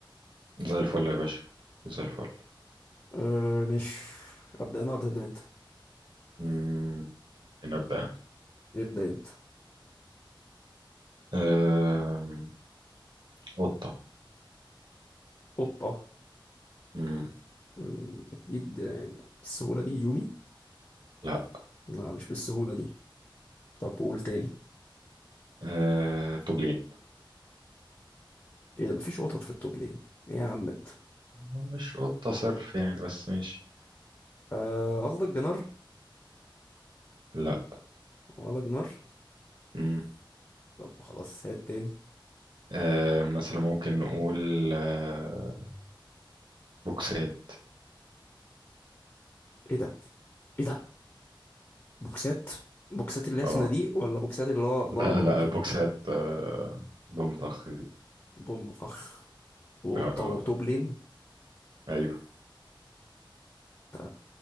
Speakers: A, on the right; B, on the left.
A: زي الفل يا باشا زي الفل
B: أه مش ابدا انا ولا تبدا انت
A: مم، ممكن ابدا انا
B: ابدا انت
A: آم، قطة
B: قطه
A: مم،
B: أمم، اكيد يعني بالسهوله دي يومي
A: لا
B: لا مش بالسهوله دي طب قول تاني
A: أه... توبلين
B: ايه ده مفيش قطط في التوب لين ايه يا عم انت
A: مش قطة صرف يعني بس ماشي
B: آه، قصدك جنار
A: لا
B: ولا جنار
A: مم.
B: طب خلاص هات تاني
A: آه مثلا ممكن نقول آه بوكسات
B: ايه ده ايه ده بوكسات بوكسات اللي هي
A: اه
B: صناديق ولا بوكسات اللي هو ضرب
A: لا
B: بوك
A: لا بوكسات آه ضمطخ دي
B: بوم فخ وقطة
A: اه
B: وتوب لين
A: ايوه
B: ف-